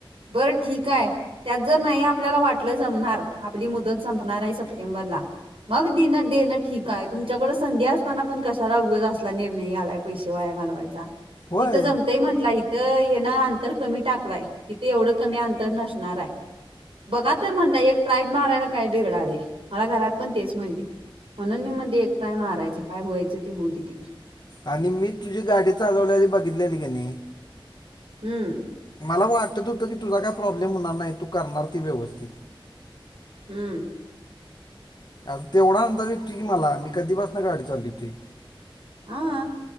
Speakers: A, on the right; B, on the left.
A: बरं ठीक आहे त्यात जर नाही आपल्याला वाटलं जमणार आपली मुदत संपणार आहे सप टेंबर ला. मग दिणं देणं ठीक आहे तुमच्याकडे संधी असताना पण कशाला उगच कशाला असला निर्णय घ्यालाय. पैसे वाया घालवायचा च
B: होय
A: तिथ जमते म्हंटला इत- तर ये ना अंतर कमी टाकलाय तीथ एवढं कमी अंतर नसणार आहे. बघा तर म्हंटला एक ट्राईब मारायला काय बिघडालय. मला घरात पण तेच म्हणतीत म्हणून मी म्हणते एक टाइम मारायच काय होयचं ते होऊ दे तिकड.
B: आणि मी तुझी गाडी चालवल्याली बघितल्याली की नई?
A: हम्म.
B: मला वाटत होतं की तुझा काय प्रॉब्लेम होणार नाही तू करणार ती व्यवस्थित.
A: हम्म.
B: आज तेवढा अंदाज येतोय मला मी कधीपासन गाडी चालवितोय.
A: आ.